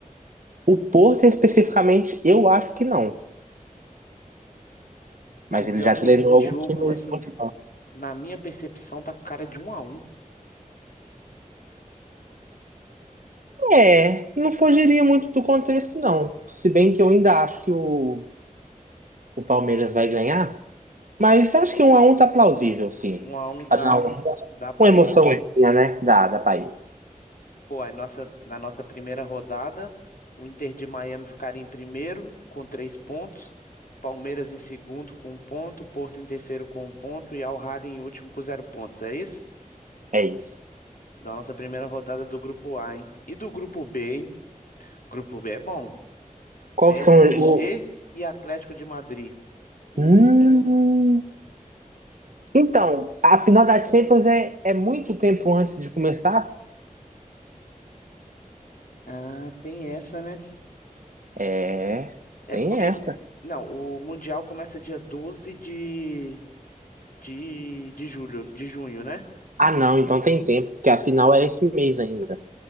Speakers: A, on the right; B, on the left.
A: O Porto, especificamente, eu acho que não. Mas
B: Cara, pior
A: ele já
B: que
A: treinou
B: esse
A: algum
B: jogo,
A: time
B: assim,
A: de Portugal.
B: na minha percepção, tá com cara de 1 a 1
A: É, não fugiria muito do contexto, não. Se bem que eu ainda acho que o, o Palmeiras vai ganhar. Mas acho que um a um tá plausível, sim.
B: 1 a 1 tá.
A: Pra dar uma,
B: Dá pra
A: uma emoçãozinha,
B: ir?
A: né? Da, da país.
B: Pô, aí nossa, na nossa primeira rodada, o Inter de Miami ficaria em primeiro com três pontos, Palmeiras em segundo com um ponto, Porto em terceiro com um ponto e Al Ahly em último com zero pontos. É isso?
A: É isso.
B: Da nossa primeira rodada do grupo A, hein? E do grupo B, hein? Grupo B é bom.
A: Qual
B: PSG
A: que são o.
B: e Atlético de Madrid. Uh,
A: Hum... Então, a final da Champions é, é muito tempo antes de começar?
B: ah, tem essa, né?
A: É,
B: É
A: tem
B: porque.
A: essa.
B: Não, o Mundial começa dia 12 de, de, de julho, de junho, né?
A: Ah, não, então tem tempo, porque a final é esse mês ainda.